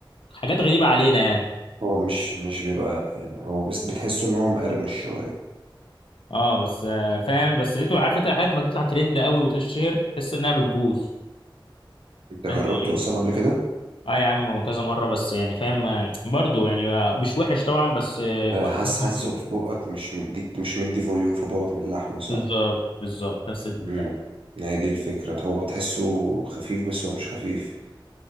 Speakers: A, on the left; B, on the right.
A: حاجات غريبة علينا يعني
B: هو مش مش بيبقى يعني هو بس بتحسه إن هو مقرمش شوية
A: اه بس آه فاهم بس لقيته عارف انت عارف لما تطلع ترند قوي وتشهر تحس انها بتبوظ
B: أنت جربته
A: انت ايه
B: أصلا قبل كده؟
A: اه يا عم هو كذا مرة بس يعني فاهم آه، برضه يعني آه، مش وحش طبعا بس آه،
B: آه،
A: ما
B: حاسس حاسه
A: كنتوش.
B: في بقك مش مديك مش مدي فوليوم في بقك من اللحمة صح؟
A: بالظبط بالظبط نفس البتاع
B: امم
A: ده.
B: هي دي الفكرة هو تحسه خفيف بس هو مش خفيف